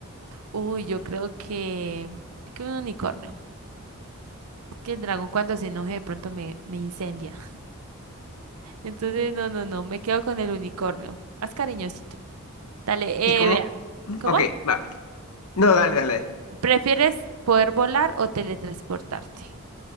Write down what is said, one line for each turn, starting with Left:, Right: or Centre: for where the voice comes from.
Right: Uy, yo creo que, que un unicornio. Que el dragón cuando se enoje de pronto me, me incendia. <laughs> Entonces, no, no, no, me quedo con el unicornio. Más cariñosito. Dale,
Left: ¿Y cómo?
Right: eh, vea. ¿Cómo?
Left: Ok, va. No, dale, dale.
Right: ¿Prefieres poder volar o teletransportarte?